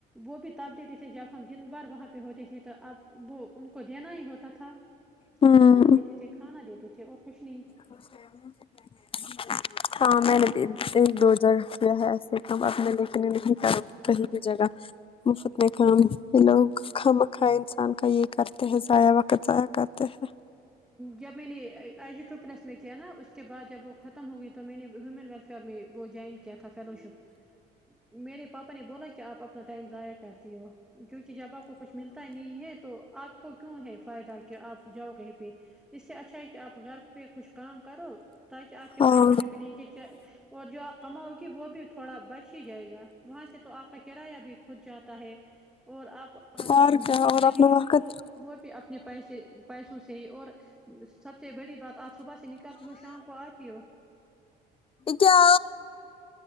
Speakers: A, in the centre; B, on the left (about 30°).
A: وہ بھی تب دیتے تھے جب ہم دن بھر وہاں پہ ہوتے تھے تو اب وہ ان کو دینا ہی ہوتا تھا
B: ہوں
A: تو وہی دیتے تھے کھانا دیتے تھے اور کچھ نہیں
B: <unintelligible> ہاں میں نے دو ہزار روپیہ ہے ایسے کام میں لیکنے نہیں کر کہیں بھی جگہ مفت میں کام یہ لوگ خامہ مکھوا انسان کا یہ کرتے ہیں ضائع وقت ضائع کرتے ہیں
A: جب میں نے آئی جی ٹو پلس میں کیا نا اس کے بعد جب وہ ختم ہو گئی تو میں نے ہیومن ویلفیئر میں وہ جوائن کیا تھا فیلوشپ میرے پاپا نے بولا کہ آپ اپنا ٹائم ضائع کرتی ہو جو کی جب آپ کو کچھ ملتا ہی نہیں ہے تو آپ کو کیوں ہے فائدہ کہ آپ جاؤ کہیں پہ اس سے اچھا ہے کہ آپ گھر پہ کچھ کام کرو تاکہ آپ کے
B: ہاں
A: پیسے بھی ملیں گے اور جو آپ کماؤگی وہ بھی تھوڑا بچ ہی جائے گا وہاں سے تو آپ کا کرایہ بھی کھود جاتا ہے اور آپ کو اگر
B: اور کیا
A: بھوک
B: اور
A: لگے
B: اپنا
A: گی
B: وقت
A: تو وہ بھی اپنے پیسے پیسوں سے ہی اور سب سے بڑی بات آپ صبح سے نکلتی ہو شام کو آتی ہو
B: کیا